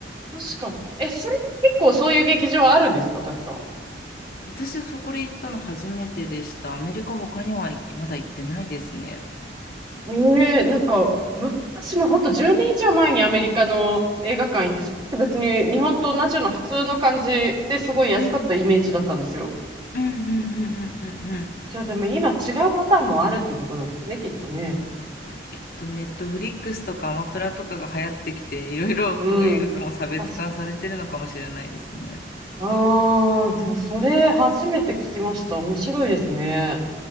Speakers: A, on the right; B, on the left.
A: 確かに。え、それ結構そういう劇場あるんですかたくさん。
B: 私、そこで行ったの初めてでした。アメリカ他にはまだ行ってないですね。
A: ええなんか、昔も本当10年以上前にアメリカの映画館行って、それ別に日本と同じような普通の感じですごい安かったイメージだったんですよ。
B: うん。うんうんうんうんうんうん。
A: じゃあでも今違うパターンもあるってことなんですね、きっとね。
B: なんか、きっとネットフリックスとかアマプラとかが流行ってきて、いろいろこう映画館も差別化されてるのかもしれないですね。
A: うん。確かに。ああ、でもそれ初めて聞きました。面白いですね。